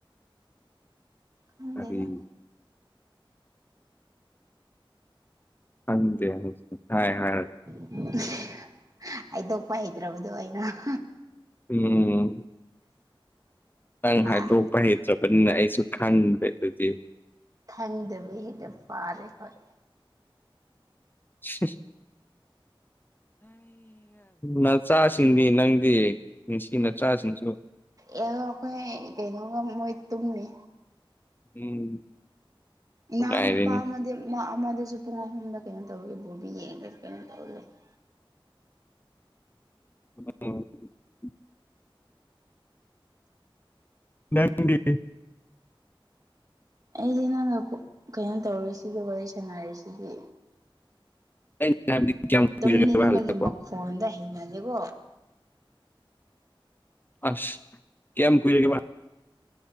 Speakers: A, on the right; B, on the left.
A: ꯈꯪꯗꯦꯗ
B: <unintelligible> ꯈꯪꯗꯦ ꯑꯗꯨ ꯁꯨꯡꯍꯥꯏ ꯍꯥꯏꯔꯣꯏ
A: <unintelligible> ꯍꯩꯗꯣꯛꯄ ꯍꯩꯇ꯭ꯔꯕꯗꯣ ꯑꯩꯅ <unintelligible>
B: ꯎꯝ ꯅꯪ ꯍꯥꯏꯗꯣꯛꯄ
A: ꯑꯥ
B: ꯍꯩꯇ꯭ꯔꯕꯅꯤꯅ ꯑꯩꯁꯨ ꯈꯟꯗ꯭ꯔꯦ ꯑꯗꯨꯗꯤ
A: ꯈꯪꯗꯕ ꯍꯦꯟꯅ ꯐꯥꯔꯦ ꯍꯣꯏ
B: <unintelligible> ꯅꯆꯥꯁꯤꯡꯗꯤ ꯅꯪꯗꯤ <unintelligible> ꯅꯆꯥ ꯁꯤꯡꯁꯨ
A: ꯑꯦ ꯑꯩꯈꯣꯏ ꯀꯩꯅꯣꯒ ꯃꯣꯏ ꯇꯨꯝꯃꯤ
B: ꯎꯝ
A: ꯏꯅꯥꯎ
B: ꯉꯥꯏꯔꯦꯅꯦ
A: ꯅꯨꯄꯥ ꯑꯃꯗꯤ ꯑꯃꯗꯁꯨ ꯄꯨꯡ ꯑꯍꯨꯝꯗ ꯀꯩꯅꯣ ꯇꯧꯔꯒꯦ ꯕꯣꯕꯤ <unintelligible>
B: <unintelligible> ꯅꯪꯒꯤ
A: ꯑꯩꯗꯤ ꯅꯪꯅ ꯀꯩꯅꯣ ꯇꯧꯔꯤꯁꯤꯗ ꯋꯥꯔꯤ ꯁꯥꯟꯅꯔꯤꯁꯤꯗꯤ
B: ꯑꯩꯅ ꯍꯥꯏꯕꯗꯤ ꯀꯌꯥꯝ
A: ꯇꯨꯝꯅꯤꯡꯕꯒꯤ
B: ꯀꯨꯏꯔꯒꯦꯕ ꯍꯜꯂꯛꯄ
A: ꯃꯈꯣꯟꯗ ꯍꯩꯅꯗꯦꯀꯣ
B: ꯑꯁ ꯀꯌꯥꯝ ꯀꯨꯏꯔꯥꯒꯦ